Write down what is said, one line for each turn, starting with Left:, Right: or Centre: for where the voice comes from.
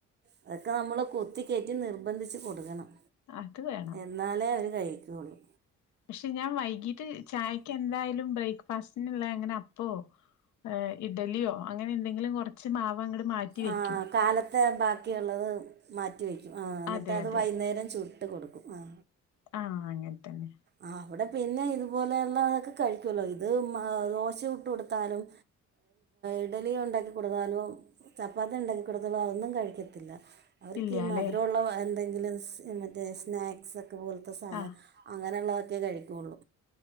Right: അതൊക്കെ നമ്മൾ കുത്തിക്കേറ്റി നിർബന്ധിച്ചു കൊടുക്കണം.
Left: അത് വേണം
Right: എന്നാലേ അവര് കഴിക്കുകയുള്ളൂ.
Left: പക്ഷെ ഞാൻ വൈകീട്ട് ചായയ്ക്ക് എന്തായാലും. ബ്രേക്ക് ഫസ്റ്റിനുള്ള എങ്ങനാ അപ്പമോ ഇഡ്ഡലി യോ അങ്ങനെന്തെങ്കിലും. കുറച്ച് മാവ് അങ്ങോട്ട് മാറ്റി വെക്കും
Right: ആഹ് കാലത്തെ ബാക്കിയുള്ളത് മാറ്റിവെക്കും. ആ എന്നിട്ട്
Left: അതെ
Right: അത്
Left: അതെ
Right: വൈകുന്നേരം ചുട്ട് കൊടുക്കും ആഹ.
Left: ആഹ അങ്ങനെ തന്നെ.
Right: ആ അവിടെ പിന്നെ ഇതുപോലെയുള്ള തൊക്കെ കഴിക്കുവല്ലോ. ഇത് ദോശ ചുട്ട് കൊടുത്താലും ഇഡ്ലി ഉണ്ടാക്കിക്കൊടുത്താലോ, ചപ്പാത്തി ഉണ്ടാക്കിക്കൊടുത്താലോ അതൊന്നും കഴിക്കത്തില്ല. അവർക്ക്
Left: ഇല്ല
Right: ഈ മധുരമുള്ള
Left: അല്ലെ
Right: എന്തെങ്കിലും മറ്റേ സ്നാക്സൊക്കെ പോലത്തെ സാധനം
Left: ആഹ്
Right: അങ്ങനെയുള്ളതൊക്കെ കഴിക്കുവുള്ളൂ.